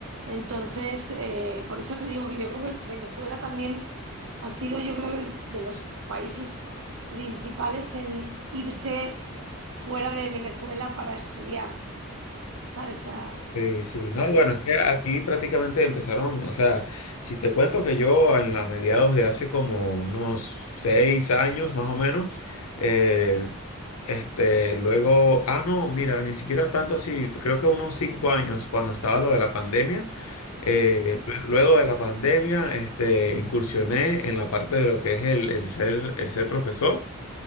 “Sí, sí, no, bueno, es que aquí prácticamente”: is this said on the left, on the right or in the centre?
Left